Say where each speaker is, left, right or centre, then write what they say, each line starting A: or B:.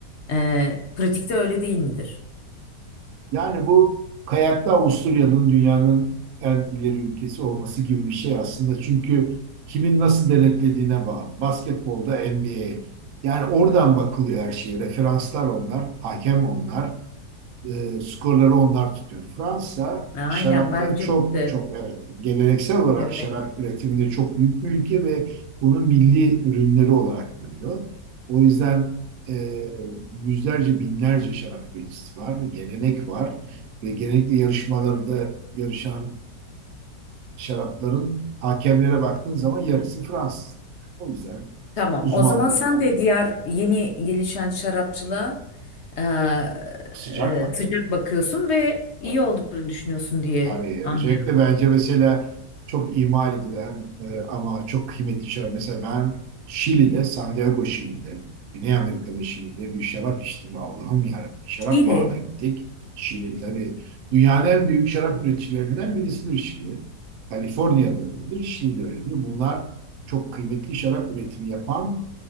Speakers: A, on the left; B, on the right.
A: e, pratikte öyle değil midir?
B: Yani bu kayakta Avusturya'nın dünyanın en ileri ülkesi olması gibi bir şey aslında. Çünkü kimin nasıl denetlediğine bağlı. Basketbolda NBA. Yani oradan bakılıyor her şeye. Referanslar onlar, hakem onlar. e, skorları onlar tutuyor. Fransa
A: Aynen
B: şarapta
A: bence
B: çok
A: de.
B: çok evet geleneksel olarak
A: Evet.
B: şarap üretiminde çok büyük bir ülke ve bunu milli ürünleri olarak görüyor. O yüzden e, yüzlerce binlerce şarap üreticisi var, gelenek var ve genellikle yarışmalarda yarışan şarapların hakemlere baktığın zaman yarısı Fransız. Yani O yüzden
A: Tamam.
B: uzmanları
A: O zaman sen
B: var.
A: de
B: Yani
A: diğer yeni gelişen şarapçılığa e,
B: sıcak
A: e,
B: bakıyorum
A: sıcak bakıyorsun ve iyi
B: tabii.
A: olduklarını düşünüyorsun diye
B: Tabii.
A: anlıyorum.
B: Özellikle bence mesela çok imal edilen e, ama çok kıymetli şeyler. Mesela ben Şili'de, Santiago Şili'de, Güney Amerika'da Şili'de bir şarap içtim. Allah'ım yarabbim. Şarap
A: Şili.
B: bağına gittik. Şili tabii dünyanın en büyük şarap üreticilerinden birisidir Şili. Kaliforniya'da öyledir, Şili'de öyledir. Bunlar çok kıymetli şarap üretimi yapan,